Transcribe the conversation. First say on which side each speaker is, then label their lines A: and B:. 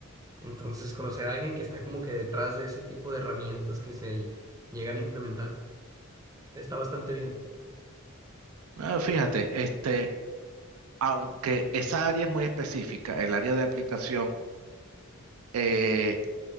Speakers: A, on the right; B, on the right.
A: Entonces, conocer a alguien que está como que detrás de ese tipo de herramientas que se lle- llegan a implementar está bastante bien.
B: Ah, fíjate, este, aunque esa área es muy específica, el área de aplicación, eh,